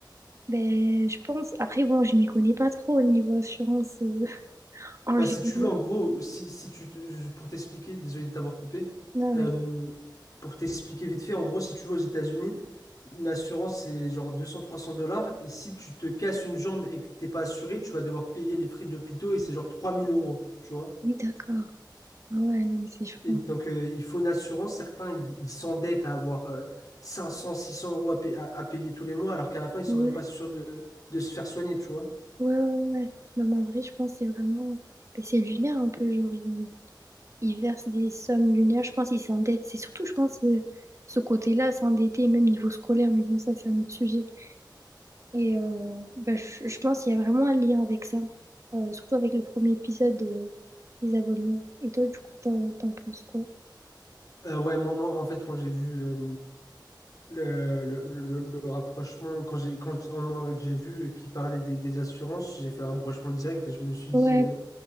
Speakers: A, on the right; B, on the left.
A: ben, je pense. Après, bon, je m'y connais pas trop au niveau assurance euh, <laughs> en
B: Bah,
A: général.
B: si tu veux, en gros, si, si tu, te- pour t'expliquer, désolé de t'avoir coupé,
A: non
B: euh, pour t'expliquer vite fait, en gros, si tu vas aux États-Unis, une assurance, c'est genre deux trois cents dollars. Et si tu te casses une jambe et que t'es pas assuré, tu vas devoir payer les frais d'hôpitaux et c'est genre 3000 euros, tu vois.
A: oui, d'accord. Ah ouais, non, mais c'est choquant.
B: Et donc, euh, il faut une assurance. Certains, ils ils s'endettent à avoir euh, cinq cents, six cents euros à, pa- à- à payer tous les mois, alors qu'à la fin, ils sont
A: Ouais,
B: même pas sûrs de, de se faire soigner, tu vois.
A: ouais, ouais, ouais. Non, mais en vrai, je pense que c'est vraiment. ben, c'est lunaire un peu, genre, ils il versent des sommes lunaires. Je pense qu'ils s'endettent. C'est surtout, je pense, euh, ce côté-là, s'endetter, même niveau scolaire. Mais bon, ça, c'est un autre sujet. Et euh, ben, je, je pense qu'il y a vraiment un lien avec ça. Euh, surtout avec le premier épisode euh, des abonnements. Et toi, du coup, t'en, t'en penses quoi?
B: Euh, ouais, moi, moi, en fait, quand j'ai vu. euh, Le, le, le, le rapprochement, quand j'ai quand on m'a- j'ai vu qu'il parlait des, des assurances, j'ai fait un rapprochement direct et je me suis
A: Ouais,
B: dit, euh,